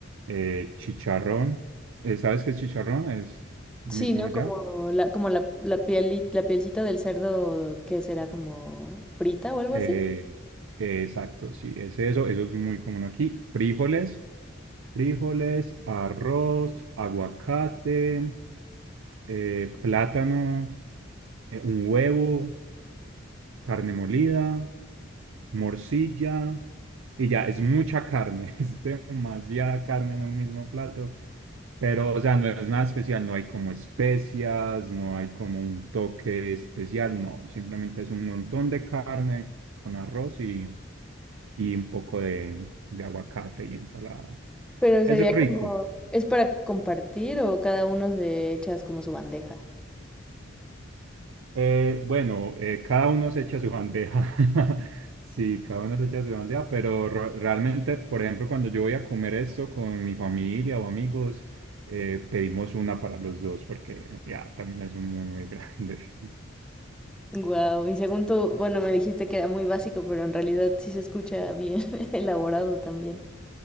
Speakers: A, on the right (about 75°); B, in the centre.
A: eh, chicharrón. Eh, ¿sabes qué es chicharrón? Es lo
B: Sí,
A: mismo
B: ¿no?
A: allá.
B: Como la, como la, la piel, la pielcita del cerdo que será como frita o algo
A: Eh,
B: así.
A: eh, exacto, sí, es eso. Eso es muy común aquí. Frijoles, frijoles, arroz, aguacate, eh, plátano, eh, un huevo, carne molida, morcilla. Y ya, es mucha carne, <laughs> es demasiada carne en un mismo plato. Pero, o sea, no es nada especial, no hay como especias, no hay como un toque especial, no, simplemente es un montón de carne con arroz y, y un poco de, de aguacate y ensalada.
B: Pero
A: Es
B: sería
A: rico.
B: como, ¿es para compartir o cada uno se echa como su bandeja?
A: Eh, bueno, eh, cada uno se echa su bandeja. <laughs> Sí, cada uno se echa su bandeja, pero ro- realmente, por ejemplo, cuando yo voy a comer esto con mi familia o amigos, eh, pedimos una para los dos porque ya también es muy, muy grande. <laughs>
B: Wow, y según tú, bueno, me dijiste que era muy básico, pero en realidad sí se escucha bien <laughs> elaborado también.